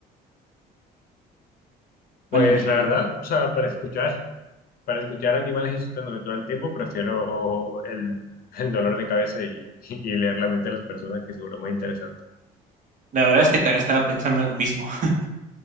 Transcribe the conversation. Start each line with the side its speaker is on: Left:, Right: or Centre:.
Right: ¿Cuál
Left: Pues
Right: elegirías?
Left: la verdad, o sea, para escuchar, para escuchar animales insultándome todo el tiempo, prefiero el, el dolor de cabeza y, <laughs> y leer la mente de las personas, que seguro es más interesante.
Right: La verdad es que también estaba pensando en lo mismo. <laughs>